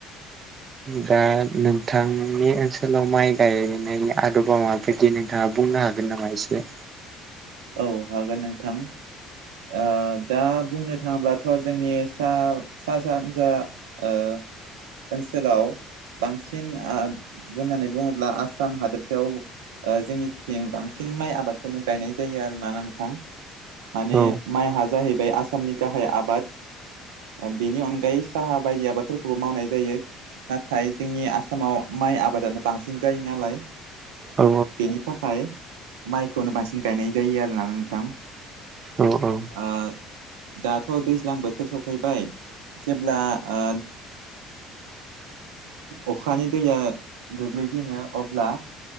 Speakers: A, on the right; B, on the right.
A: दा नोंथांनि ओनसोलाव माइ गायनायनि आदबा मा बायदि नोंथाङा बुंनो हागोन नामा एसे?
B: औ हागोन नोंथां ओ दा बुंनो थाङोब्लाथ' जोंनिसा सा सानजा ओ ओनसोलाव बांसिन ओ बुंनानै बुङोब्ला आसाम हादोरसायाव ओ जोंनि थिं बांसिन माइ आबादखौनो गायनाय जायो आरोना नोंथां। माने
A: औ
B: माइहा जाहैबाय आसामनि गाहाय आबाद बेनि अनगायै साहा बायदि आबादफोरखौबो मावनाय जायो नाथाय जोंनि आसामाव माइ आबादानो बांसिन जायो नालाय
A: औ
B: बेनि थाखाय माइखौनो बांसिन गायनाय जायो आरोना नोंथां
A: औ औ
B: ओ दाथ' दैज्लां बोथोर सफैबाय जेब्ला ओ अखानि दैया गोग्लैजेनो अब्ला